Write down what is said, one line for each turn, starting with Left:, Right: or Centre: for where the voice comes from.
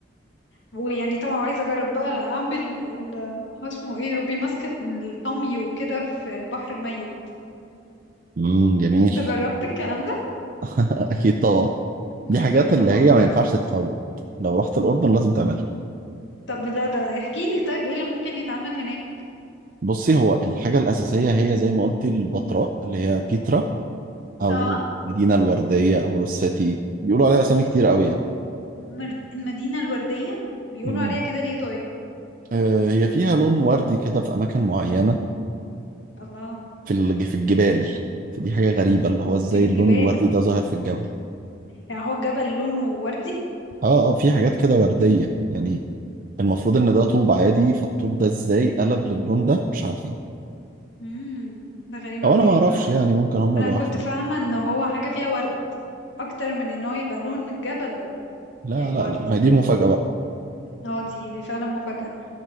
Left: ويعني طبعا عايزه اجرب بقى اعمل ال... هو اسمه ايه يا ربي ماسكه الطمي وكده في البحر الميت
Right: امم جميل
Left: انت جربت الكلام ده
Right: <laughs> اكيد طبعا دي
Left: اكيد
Right: حاجات اللي
Left: طبعا
Right: هي ما ينفعش تتفوت لو رحت الاردن لازم تعملها
Left: طب لا ده احكي لي طيب ايه اللي ممكن يتعمل هناك
Right: بصي هو الحاجه الاساسيه هي زي ما قلتي البتراء اللي هي بيترا او
Left: اه
Right: المدينه الورديه او روساتي بيقولوا عليها اسامي كتير قوي يعني
Left: مرد... المدينه الورديه بيقولوا
Right: امم
Left: عليها كده ليه طيب
Right: آه، هي فيها لون وردي كده في اماكن معينه
Left: الله
Right: في الج- في الجبال فدي حاجه غريبه اللي هو ازاي
Left: في الجبال
Right: اللون الوردي ده ظاهر في الجبل
Left: يعني هو الجبل لونه وردي
Right: اه اه في حاجات كده ورديه يعني المفروض ان ده طوب عادي فالطوب ده ازاي قلب للون ده مش عارفين
Left: امم ده غريبة
Right: او
Left: قوي
Right: انا ما
Left: دي
Right: اعرفش
Left: فعلا
Right: يعني ممكن هم
Left: انا
Right: يبقوا
Left: كنت
Right: عارفين
Left: فاهمة ان هو حاجة فيها ورد اكتر من ان هو يبقى لون الجبل
Right: لا
Left: يعني
Right: لا
Left: وردي
Right: لا ما هي دي المفاجأة بقى
Left: اه دي دي فعلا مفاجأة